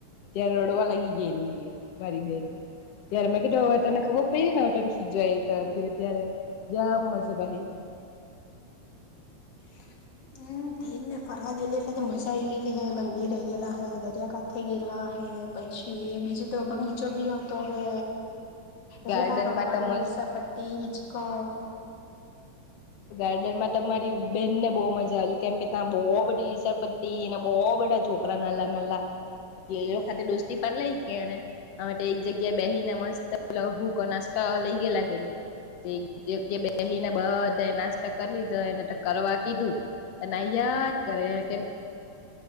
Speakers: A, on the left (about 80°); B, on the left (about 50°).
A: ત્યાં રડવા લાગી ગેલી એ મારી બેન. ત્યારે મે કીધુ હવે તને ખબર પડી ને હવ તન ખીજાય <unintelligible>
B: <inaudible> હુ ગીરને ફરવા ગેલી એટલે તો મજા આવી ગેલી હ, મંદિર એ ગેલા હે, દરિયા કાઠે ગેલા હે પછી બીજું તો બગીચો બી હતો. હન.
A: ગાર્ડનમાં
B: પહી ત્યાં રમવાનું
A: તો મસ્ત
B: લિસરપટ્ટી, હીચકો
A: ગાર્ડનમાં તમારી બેનને બઉ મજા આયલી કેમ કે ત્યાં બો બધી લીસરપટ્ટી ને બો બધા છોકરા નલ્લા નલ્લા. એટલે એક હાથે દોસ્તી પર લઈ કે ને અમે તો એક જગ્યાએ બેહીને મસ્તલ સૂકો નાસ્તા ત લઈ ગેલા કે ની તે એક જગ્યાએ બેહીને બાર તો કર લીધો. એને તો કરવા કીધું પણ આઈયા જ કરે કેમ